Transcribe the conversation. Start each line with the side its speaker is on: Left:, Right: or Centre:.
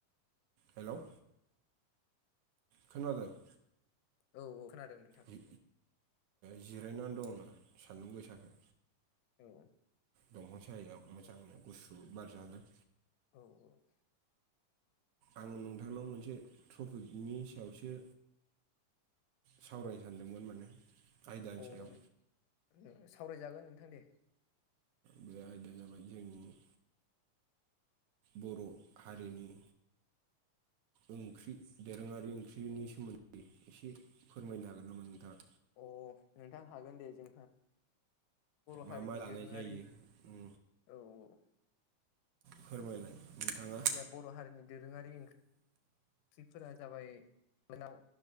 Right: हेल' खोनादों <unintelligible>
Left: औ औ खोनादों नोंथां
Right: ए जिरायनानै दंनो सान्दुं गोसाखाय
Left: औ
Right: दंफां सायायाव मोजांनो गुसु बारजादों
Left: औ औ
Right: आङो नोंथांनाव मोनसे थपिकनि सायावसो सावरायनो सानदोमोन माने आयदानि
Left: अ
Right: सायाव
Left: <unintelligible> सावरायजागोन नोंथां दे
Right: बे आयदाया जाबाय जोंनि बर' हारिनि ओंख्रि दोरोङारि ओंख्रिनि सोमोन्दै एसे फोरमायनो हागोन नामा नोंथाङा
Left: अ नोंथां हागोन दे जों बर'
Right: मा
Left: हारिनि
Right: मा जानाय
Left: दोरोङारि
Right: जायो उम
Left: औ औ
Right: फोरमायलाय नोंथाङा
Left: जोंहा बर' हारिनि दोरोङारि ओं ख्रिफोरा जाबाय नाव